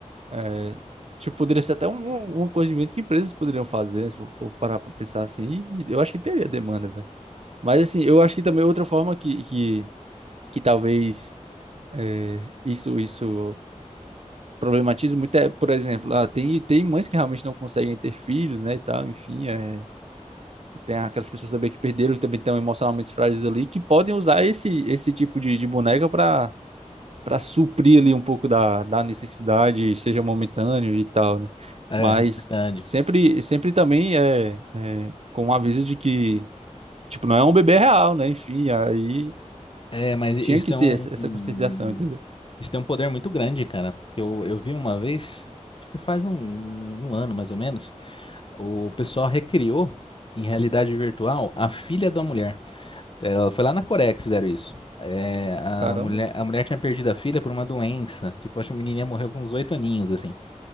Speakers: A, on the right (about 55°); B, on the left (about 45°).
A: é, tipo, poderia ser até um- um, uma coisa de venda que empresas poderiam fazer, né, se for for parar pra pensar assim. E eu acho que teria demanda, velho. Mas, assim, eu acho que também outra forma que, que, que talvez é, isso, isso problematize muito é, por exemplo, ah, tem, tem mães que realmente não conseguem ter filhos, né, e tal, enfim. É, tem aquelas pessoas também que perderam, que também estão emocionalmente frágeis ali, que podem usar esse, esse tipo de, de boneca pra para suprir ali um pouco da, da necessidade, seja momentâneo e tal, né?
B: É,
A: Mas
B: é verdade.
A: sempre, sempre também é, é com o aviso de que, tipo, não é um bebê real, né? Enfim, aí
B: É, mas isso
A: tinha que
B: tem
A: ter
B: um.
A: essa, essa conscientização, entendeu?
B: Isso tem um poder muito grande, cara. Porque Eu, eu vi uma vez, acho que faz um, um ano mais ou menos, o pessoal recriou em realidade virtual a filha da mulher. Ela foi lá na Coreia que fizeram isso. É, a
A: Caramba.
B: mulher, a mulher tinha perdido a filha por uma doença. Tipo, acho que a menininha morreu com uns oito aninhos, assim.